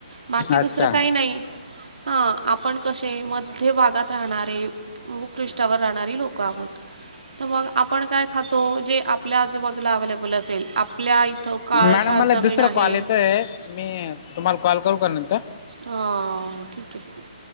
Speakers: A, on the right; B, on the left.
A: बाकी दुसरं
B: अच्छा
A: काही नाही हा आपण कसे आहे मध्य भागात राहणारे भूपृषावर राहणारी लोकं आहोत तर मग आपण काय खातो जे आपल्या आजूबाजूला अव्लेबल असेल आपल्या काळशार
B: मॅडम मला
A: जमीन
B: दुसरा
A: आहे
B: कॉल येतोय मी तुम्हाला कॉल करू का नंतर
A: ह ठीक आहे